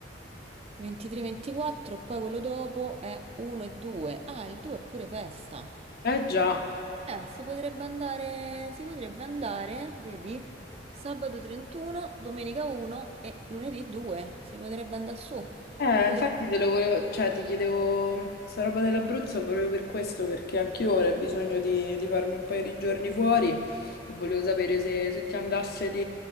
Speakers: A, on the right (about 35°); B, on the left (about 55°).
A: 23-24, poi quello dopo è 1 e 2. Ah, il 2 è pure festa.
B: eh già.
A: Eh, si potrebbe andare, si potrebbe andare, vedi, sabato 31, domenica 1 e lunedì 2. Si potrebbe andare su.
B: Eh,
A: Po-
B: infatti te lo volevo, cioè ti chiedevo sta roba dell'Abruzzo proprio per questo, perché anch'io ora ho bisogno di, di farmi un paio di giorni fuori e volevo sapere se, se ti andasse di,